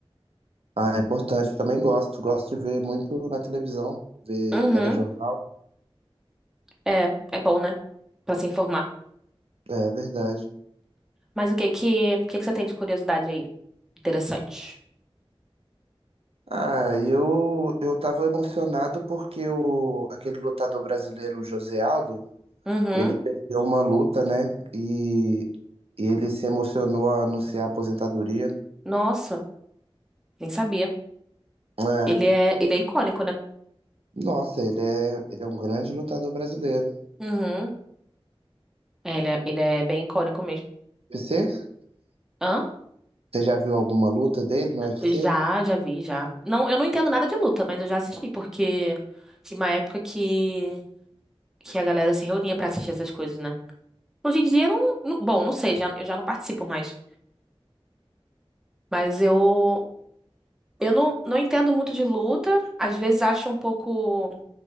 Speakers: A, on the right (about 80°); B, in the centre.
A: Ah, é importante. Também gosto. Gosto de ver muito na televisão, ver
B: Uhum.
A: telejornal.
B: É, é bom, né? Pra se informar.
A: É verdade.
B: Mas o que que, o que que você tem de curiosidade aí? Interessante.
A: Ah, eu eu tava emocionado porque o, aquele lutador brasileiro, o José Aldo,
B: Uhum.
A: ele perdeu uma luta, né? E, e ele se emocionou a anunciar a aposentadoria.
B: Nossa, nem sabia.
A: É,
B: Ele é, ele é icônico, né?
A: nossa, ele é, ele é um grande lutador brasileiro.
B: Uhum. É, ele é, ele é bem icônico mesmo.
A: Você?
B: Hã?
A: Você já viu alguma luta dele no UFC?
B: Já, já vi, já. Não, eu não entendo nada de luta, mas eu já assisti, porque tinha uma época que, que a galera se reunia pra assistir essas coisas, né? Hoje em dia, não, não- bom, não sei, já, eu já não participo mais. Mas eu, eu não, não entendo muito de luta, às vezes acho um pouco